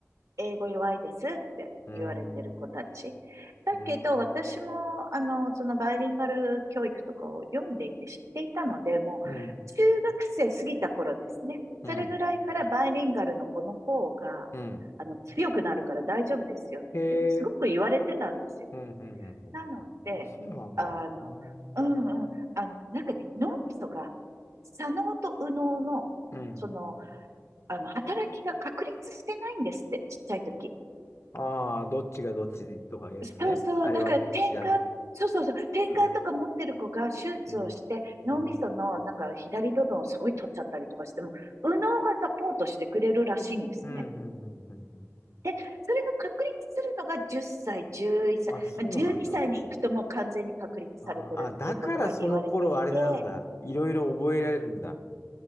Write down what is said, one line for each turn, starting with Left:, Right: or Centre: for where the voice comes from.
Right: 英語弱いですって言われてる子たち。
Left: うん。
Right: だけど、
Left: うん。
Right: 私も、あの、そのバイリンガル教育とかを読んでいて知っていたので、もう、
Left: うん。
Right: 中学生過ぎた頃ですね。
Left: うん。
Right: それぐらいからバイリンガルの子の方が、
Left: うん。
Right: あの、強くなるから大丈夫ですよっていうのをすごく言われてたんですよ。
Left: へえ。うん。うん。うんうん
Right: なので、
Left: あ、そうなんだ。
Right: あの、
Left: うん。
Right: うんうん、あの、なんかね、脳みそが、左脳と右脳の、
Left: うん。
Right: その、あの、働きが確立してないんですって、ちっちゃい時。
Left: ああ、どっちがどっちとかいうやつね。
Right: そうそう、
Left: あれはこっちだ。
Right: だから転換、そうそうそう、転換とか持ってる子が手術をして、
Left: うん。うん。
Right: 脳みそのなんか左部分をすごい取っちゃったりとかしても、
Left: うん。
Right: 右脳がサポートしてくれるらしいんですね。
Left: うん。うん。うん。うんうん
Right: で、それが確立するのが10歳、11歳、
Left: あ、そうなんだ。
Right: まあ、12歳にさいに行くともう完全に確立されてるっていうことが言われていて、
Left: あーあ、だからその頃あれなんだ。いろいろ覚えられるんだ。